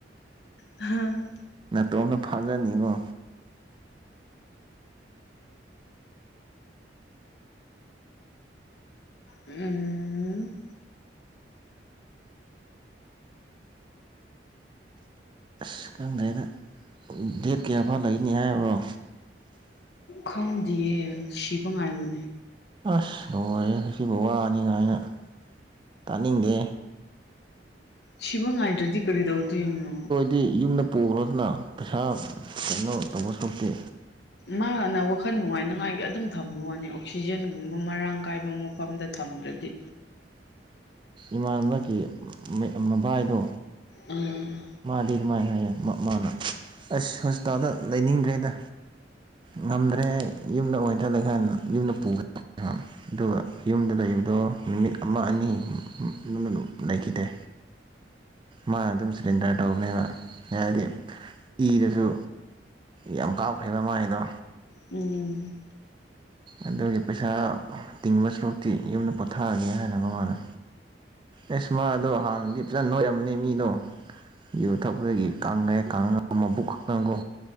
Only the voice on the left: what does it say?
ꯍꯥꯥ
ꯎꯝ
ꯈꯪꯗꯤꯌꯦ ꯁꯤꯕ ꯉꯥꯏꯕꯅꯤ
ꯁꯤꯕ ꯉꯥꯏꯗ꯭ꯔꯗꯤ ꯀꯔꯤ ꯇꯧꯗꯣꯏꯅꯣ
ꯃꯥꯅ ꯋꯥꯈꯜ ꯅꯨꯡꯉꯥꯏꯅꯉꯥꯏꯒꯤ ꯑꯗꯨꯝ ꯊꯝꯕ ꯋꯥꯅꯤ ꯑꯣꯛꯁꯤꯖꯦꯟꯒꯨꯝꯕ ꯃꯔꯥꯡ ꯀꯥꯏꯕ ꯃꯐꯝꯗ ꯊꯝꯗ꯭ꯔꯗꯤ
ꯎꯝ
ꯎꯝ